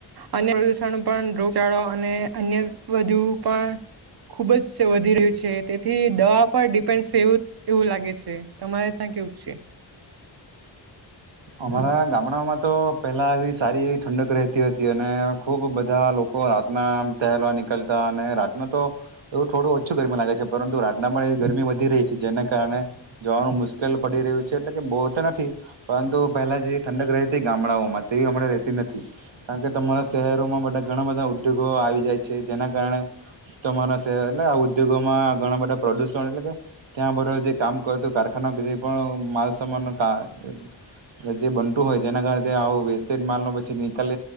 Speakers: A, on the right; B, on the right.
A: અન્ય પ્રદુષણ પણ રોગચળો અને અન્ય બુ પણ ખુબ જ વધી રહ્યું છે તેથી દવા પર <inaudible> એવું એવું લાગે છે તમારે ત્યાં કેવું છે
B: અમારા ગામડામાં તો પેલા એવી સારી એવી ઠંડક રહેતી હતી અને ખુબ બધા લોકો રાતના પહેલવા નીકળતા અને રાતના <unintelligible> થોડું ઓછું ગરમી લાગે છે પરંતુ રાતના પણ એવી ગરમી વધી રહી છે જેને કારણે જોવાનું મુશ્કેલ પડી રહ્યું છે એટલે કે બહ તો નથી પરંતુ પહેલા જે ઠંડક રહેતી ગામડાઓમાં તેવી હમણાં રહેતી નથી કારણ કે તમારા શહેરોમાં બા ઘણા બધા ઉદ્યોગો આવી જાય છે જેના કારણે તમારા શહેર એટલે આ ઉદ્યોગોમાં ઘણા બધા પ્રોડ્યુસન એટલે કે ત્યાં બરોબર જે કામ કરતું કારખાના જે પણ માલ મા ક જે બનતું હોય જેના કારણે આવું વેસ્ટેજ માલ ન પછી નીકાલ